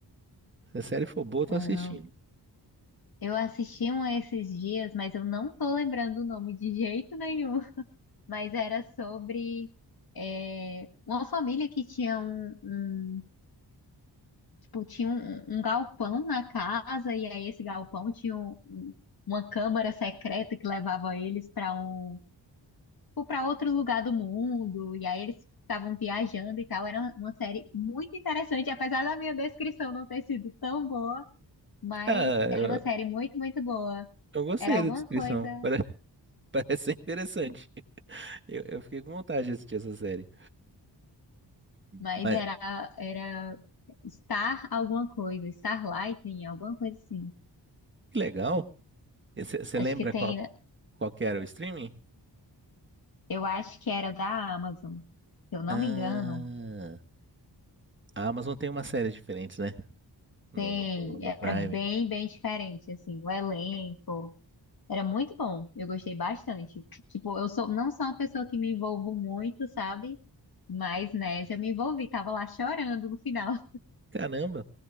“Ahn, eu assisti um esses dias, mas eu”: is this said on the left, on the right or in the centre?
Left